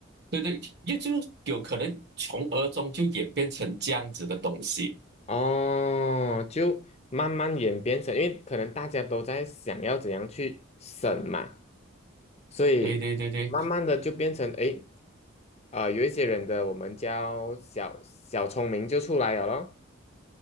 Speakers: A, on the right; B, on the left.
A: 对对，也就有可能从而中就演变成这样子的东西。
B: 哦，就慢慢演变成，因为可能大家都在想要怎样去省嘛，所以慢慢的就变成，
A: 对对对对，
B: 诶，呃，有一些人的我们叫小小聪明就出来了咯。